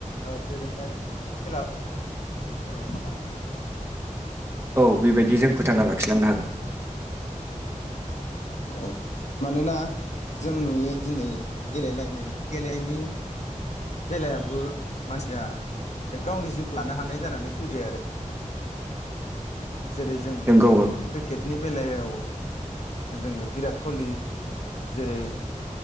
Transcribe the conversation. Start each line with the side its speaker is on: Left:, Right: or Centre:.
Left: ओ दोरोङारि खेलाफोर जागोन खोमा
Right: औ बेबायदि जों फोथांना लाखिलांनो हागोन
Left: औ मानोना जों नुयो दिनै गेलनाय गेलेनायनि बेलायावबो मानसिया गावनि जिउखौ लानो हानाय जानानै फैबाय आरो जेरै जों
Right: नोंगौ
Left: क्रिकेट नि बेलायाव जोङो बिराट कलि जेरै